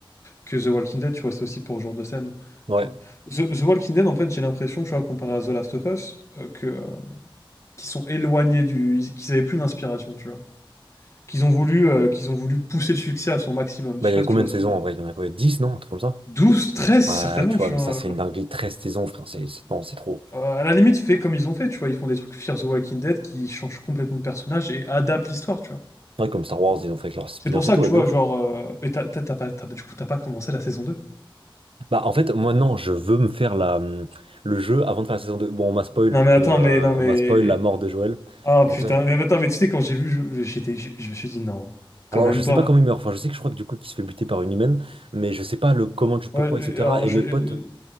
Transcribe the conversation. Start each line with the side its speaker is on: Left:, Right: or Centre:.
Left: que The Walking Dead, tu vois. C'est aussi pour ce genre de scène.
Right: Ouais.
Left: tu vois. The, The Walking Dead, en fait, j'ai l'impression, tu vois, comparé à The Last of Us, euh, que, euh, qui sont éloignés du... ils- qu'ils avaient plus d'inspiration, tu vois. qu'ils ont voulu, euh, qu'ils ont voulu pousser le succès à son maximum.
Right: Bah,
Left: Je sais
Right: il
Left: pas
Right: y a combien
Left: si tu vois
Right: de saisons
Left: ce que je veux dire.
Right: en vrai? Il y en a quoi? dix non? Un truc comme ça?
Left: 12, 13
Right: Ouais,
Left: certainement,
Right: tu vois,
Left: tu
Right: mais
Left: vois.
Right: ça, c'est une dinguerie, 13 saisons, frère, c'est c'est- non, c'est trop.
Left: Euh, à la limite, fais comme ils ont fait, tu vois. Ils font des trucs Fear the Walking Dead qui changent complètement de personnage et adaptent l'histoire, tu vois.
Right: Ouais, comme Star Wars, ils ont fait leur spin-off
Left: C'est pour ça
Right: et tout,
Left: que
Right: ouais,
Left: tu vois,
Right: de ouf.
Left: genre. euh, Et t'as t'as- t'as pas, t'as- du coup, t'as pas commencé la saison deux
Right: Bah, en fait, moi, non, je veux me faire la, hum, le jeu avant de faire la saison deux Bon, on m'a spoil
Left: Non, mais
Right: que,
Left: attends,
Right: euh,
Left: mais. Non, mais.
Right: on m'a spoil la mort de Joël.
Left: Ah
Right: Donc,
Left: putain,
Right: ça.
Left: mais attends, mais tu sais, quand j'ai vu, je- j'étais, je, je me suis dit, non, quand
Right: Alors,
Left: même
Right: je sais
Left: pas.
Right: pas comment il meurt. Enfin, je sais que je crois que du coup, qu'il se fait buter par une humaine, mais je sais pas le comment, du pourquoi,
Left: Ouais, euh,
Right: etc.
Left: alors,
Right: Et
Left: je,
Right: mes
Left: euh,
Right: potes,